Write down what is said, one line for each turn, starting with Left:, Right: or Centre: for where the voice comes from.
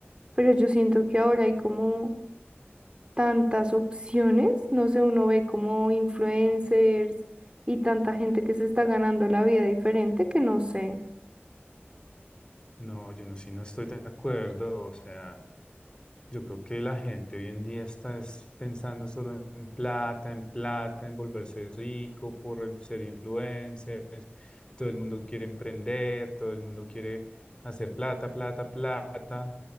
Right: Pero yo siento que ahora hay como tantas opciones, no sé, uno ve como influencers y tanta gente que se está ganando la vida diferente que no sé.
Left: No, yo no, sí no estoy de acuerdo. O sea, yo creo que la gente hoy en día está es pensando solo en plata, en plata, en volverse rico, por en- ser influencer. Todo el mundo quiere emprender, todo el mundo quiere hacer plata, plata, plata.